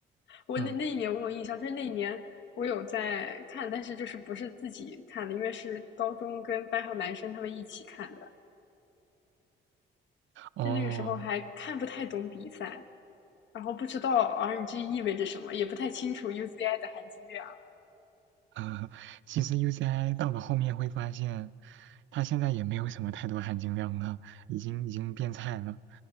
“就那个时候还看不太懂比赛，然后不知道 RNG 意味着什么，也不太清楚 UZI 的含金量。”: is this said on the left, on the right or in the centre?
Left